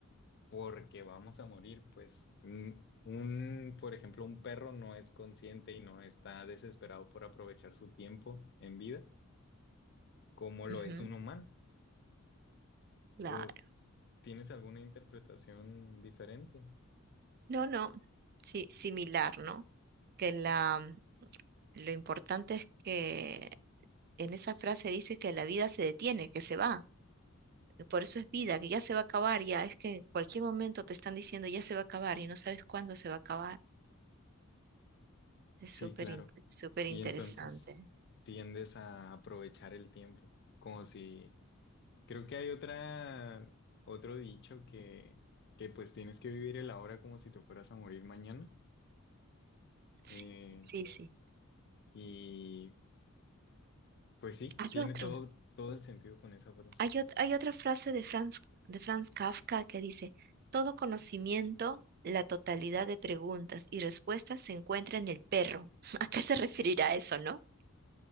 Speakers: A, on the left; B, on the right.
A: porque vamos a morir. Pues mm, un, por ejemplo, un perro no es consciente y no está desesperado por aprovechar su tiempo en vida como lo
B: Ujú.
A: es un humano.
B: Claro.
A: O ¿Tienes alguna interpretación diferente?
B: No, no, sí, similar, ¿no? Que la, mm, lo importante es que en esa frase dice que la vida se detiene, que se va. Por eso es vida, que ya se va a acabar, ya es que en cualquier momento te están diciendo ya se va a acabar y no sabes cuándo se va a acabar. Es
A: Sí,
B: súper,
A: claro.
B: in- súper
A: Y
B: interesante.
A: entonces tiendes a aprovechar el tiempo, como si... Creo que hay otra, otro dicho que, que pues tienes que vivir el ahora como si te fueras a morir mañana.
B: Sí,
A: Eh,
B: sí, sí.
A: y pues sí,
B: Hay
A: tiene
B: otro,
A: todo, todo el sentido con esa frase.
B: hay, ot- hay otra frase de Franz, de Franz Kafka que dice, todo conocimiento, la totalidad de preguntas y respuestas se encuentra en el perro. <laughs> ¿A qué se referirá eso, no?